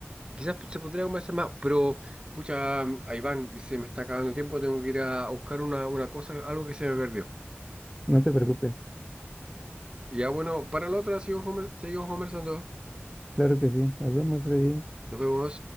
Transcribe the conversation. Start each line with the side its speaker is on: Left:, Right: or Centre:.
Right: quizás se podría conversar más, pero pucha, ahí van se me está acabando el tiempo, tengo que ir a buscar una, una cosa, algo que se me perdió.
Centre: No te preocupes.
Right: Ya bueno, para la otra seguimos, conver- seguimos conversando.
Centre: Claro que sí. Nos vemos, Freddy.
Right: Nos vemos.